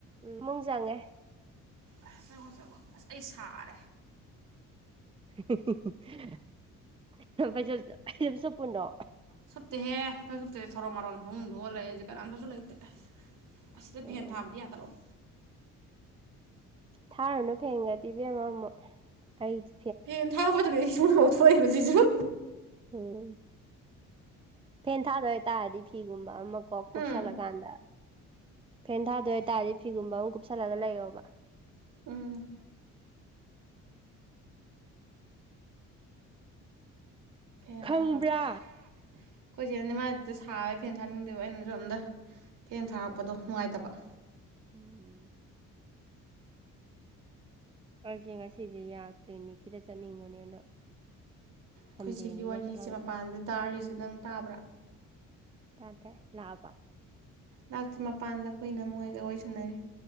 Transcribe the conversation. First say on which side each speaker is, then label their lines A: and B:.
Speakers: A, on the right; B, on the right.
A: ꯎꯝ ꯃꯨꯡ ꯆꯪꯉꯦ
B: ꯑꯁ ꯆꯪꯉꯣ ꯆꯪꯉꯣ ꯑꯁ ꯑꯩ ꯁꯥꯔꯦ
A: ꯍꯤ ꯍꯨꯡ ꯍꯨꯡ ꯍꯨꯡ ꯍꯍ ꯐꯩꯖꯨꯞ ꯐꯩꯖꯨꯞ ꯁꯨꯄꯨꯅꯣ
B: ꯁꯨꯞꯇꯦꯍꯦ ꯐꯩꯖꯨꯞ ꯁꯨꯞꯇꯦ ꯊꯔꯣ ꯃꯥꯔꯣꯟ ꯐꯃꯨꯡꯗ ꯑꯣꯜꯂꯦ ꯑꯩꯖꯦ ꯀꯅꯥꯝꯇꯁꯨ ꯂꯩꯇꯦ ꯑꯁꯤꯗ
A: ꯎꯝ
B: ꯐꯦꯟ ꯊꯥꯕꯗꯤ ꯌꯥꯗꯕ ꯑꯝ
A: ꯊꯥꯔꯨꯅꯨ ꯐꯦꯡꯒꯥꯗꯤ ꯏꯕꯦꯝꯃ ꯑꯃꯨꯛ ꯑꯩꯗꯤ
B: ꯐꯦꯟ ꯊꯥꯕꯗꯨꯅꯦ ꯑꯩꯁꯤꯡꯨꯡ ꯑꯣꯠꯊꯣꯛꯏꯕꯣ ꯁꯤꯁꯨ
A: ꯎꯝ ꯐꯦꯟ ꯊꯥꯗꯣꯏ ꯍꯥꯏꯇꯥꯔꯗꯤ ꯐꯤꯒꯨꯝꯕ ꯑꯃ ꯀꯣ ꯀꯨꯞꯁꯜꯂꯀꯥꯟꯗ
B: ꯎꯝ
A: ꯐꯦꯟ ꯊꯥꯗ ꯑꯗꯨ ꯑꯣꯏꯇꯥꯔꯗꯤ ꯐꯤꯒꯨꯝꯕ ꯑꯃ ꯀꯨꯞꯁꯜꯂꯒ ꯂꯩꯌꯣꯕ
B: ꯎꯝ ꯐꯦꯟ
A: ꯈꯪꯕ꯭ꯔꯥ
B: ꯊꯥꯔꯕꯗ ꯑꯩꯈꯣꯏꯁꯦꯅꯗꯤ ꯃꯥꯥꯏꯗ ꯁꯥꯕ ꯐꯦꯟ ꯊꯥꯅꯤꯡꯗꯦꯕ ꯑꯩꯅꯁꯨ ꯑꯝꯇ ꯐꯦꯟ ꯊꯥꯔꯛꯄꯗꯣ ꯅꯨꯡꯉꯥꯏꯇꯕ
A: ꯎꯝ ꯑꯩꯁꯦ ꯉꯁꯤꯁꯦ ꯌꯥ ꯀ꯭ꯂꯤꯅꯤꯛꯀꯤꯗ ꯆꯠꯅꯤꯡꯕꯅꯦ ꯑꯗꯣ ꯁꯟꯗꯦꯅꯤꯅ
B: ꯑꯩꯈꯣꯏ ꯁꯤꯒꯤ ꯋꯥꯔꯤꯁꯦ
A: ꯆꯠꯂꯔꯣꯏꯗ꯭ꯔꯥ
B: ꯃꯄꯥꯟꯗ ꯇꯥꯔꯤꯁꯦ ꯅꯪ ꯇꯥꯕ꯭ꯔꯥ
A: ꯇꯗ ꯂꯥꯛꯕ
B: ꯂꯥꯛꯇ꯭ ꯃꯄꯥꯟꯗ ꯑꯩꯈꯣꯏꯅ ꯃꯣꯏꯒ ꯑꯣꯏꯁꯟꯅꯔꯤ